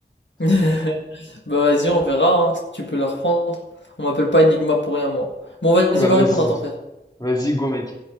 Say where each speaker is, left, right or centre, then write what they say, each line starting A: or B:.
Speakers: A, on the left; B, on the left.
A: <laughs> Bah vas-y, on verra, hein, si tu peux la reprendre. On m'appelle pas Enigma pour rien, moi. Bon, vas-y,
B: hein. Bah
A: va
B: vas-y.
A: répondre à ton frère.
B: Vas-y, go, mec.